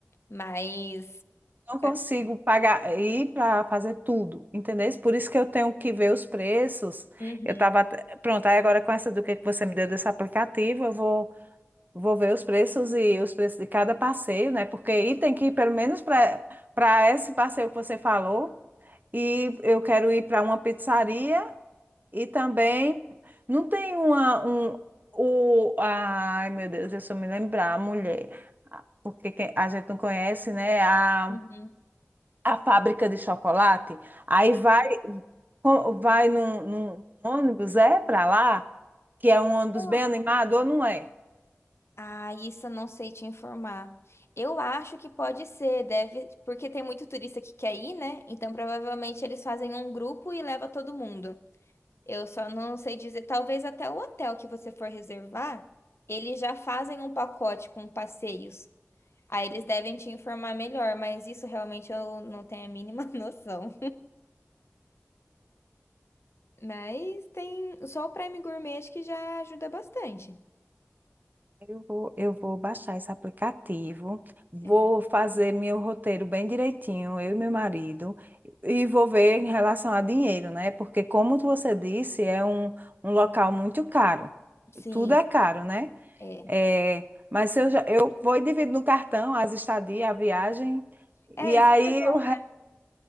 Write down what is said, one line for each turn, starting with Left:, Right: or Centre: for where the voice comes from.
Left: Mas.
Right: não consigo
Left: assim,
Right: pagar ir para fazer tudo, entendeu? Por isso que eu tenho que ver os preços.
Left: Uhum,
Right: Eu estava pronto, aí agora com essa do que que você me deu desse aplicativo, eu vou vou ver os preços e os preços de cada passeio, né? Porque aí tem que ir pelo menos para para esse passeio que você falou e eu quero ir para uma pizzaria e também não tem uma um o ai meu Deus, deixa eu me lembrar, mulher. Porque quem- a gente não conhece, né? A
Left: uhum.
Right: a fábrica de chocolate, aí vai, co- vai num, num ônibus, é para lá, que é um ônibus
Left: aham.
Right: bem animado ou não é?
Left: Ah, isso eu não sei te informar. Eu acho que pode ser, deve, porque tem muito turista que quer ir, né? Então provavelmente eles fazem um grupo e leva todo mundo. Eu só não sei dizer, talvez até o hotel que você for reservar, eles já fazem um pacote com passeios. Aí eles devem te informar melhor, mas isso realmente eu não tenho a mínima <laughs> noção. Mas tem só o Prime Gourmet acho que já ajuda bastante.
Right: Eu vou, eu vou baixar esse aplicativo, vou
Left: É.
Right: fazer meu roteiro bem direitinho, eu e meu marido, e vou ver em relação a dinheiro, né? Porque, como você disse, é um, um local muito caro.
Left: Sim,
Right: Tudo é caro, né?
Left: é.
Right: É, mas eu, já, eu vou e divido no cartão as estadias, a viagem,
Left: É,
Right: e aí
Left: isso que é bom,
Right: eu,
Left: né?